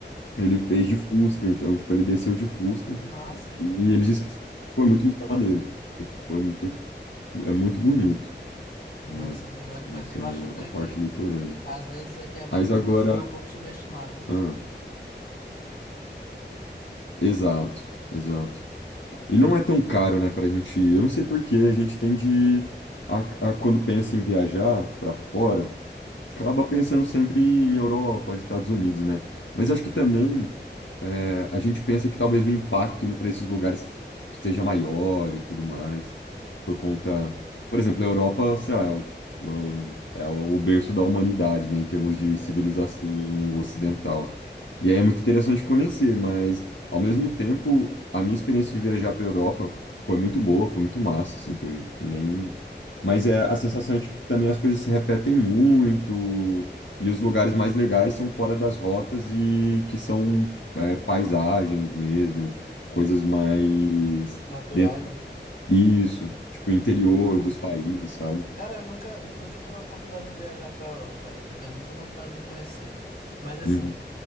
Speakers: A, on the left; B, on the left.
A: ele fez
B: Uhum.
A: de Fusca, então, tipo, ele desceu de Fusca.
B: Que massa.
A: E ele disse que foi muito maneiro. Foi muito, é muito bonito,
B: Nossa,
A: né?
B: é verdade mas
A: Assim,
B: Eu acho até
A: a parte
B: que,
A: litorânea.
B: às vezes, aqui a América
A: Mas agora.
B: do Sul é um pouco subestimada, né, cara?
A: ah, exato, exato. E não é tão caro, né, pra gente ir.
B: Uhum.
A: Eu não sei por que a gente tende a, a quando pensa em viajar pra fora, acaba pensando sempre em Europa, Estados Unidos, né? Mas acho que também
B: Uhum.
A: é, a gente pensa que talvez o impacto indo para esses lugares seja maior e tudo mais, por conta, por exemplo, a Europa, sei lá, é o, o- é o berço da humanidade, né, em termos de civilização
B: É verdade.
A: ocidental.
B: Uhum.
A: E aí é muito interessante conhecer, mas ao mesmo tempo, a minha experiência de viajar para a Europa foi muito boa, foi muito massa, assim, tem nem Mas é a sensação é de que também as coisas se repetem muito, e os lugares mais legais são fora das rotas e que são é, paisagens mesmo, coisas mais
B: Naturais,
A: dentro
B: né?
A: isso tipo interior
B: Mas,
A: dos países, sabe?
B: cara, eu nunca, nunca tive a oportunidade de viajar para a Europa ainda. Eu tenho muita vontade de conhecer. Mas, assim,
A: Uhum.